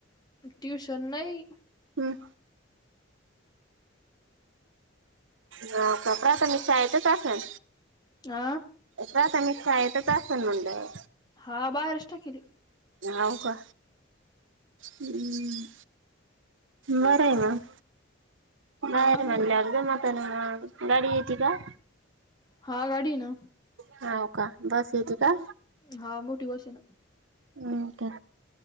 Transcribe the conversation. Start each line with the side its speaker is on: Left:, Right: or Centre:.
Left: ट्यूशन नाही.
Right: हम्. हा प्राथमिक शाळेतच असंनं
Left: आ
Right: प्राथमिक शाळेतचं आसलं म्हणलं.
Left: हा बाहेरचं टाकेल हे
Right: हाऊ का?. हम्, बरंय मंग
Left: हा
Right: बरं म्हणल्या
Left: मग
Right: जमतंय ना म गाडी येत का?
Left: हा, गाडीन.
Right: हाव, का बस येते का?
Left: हा मोठी वर्षान
Right: ह. त्या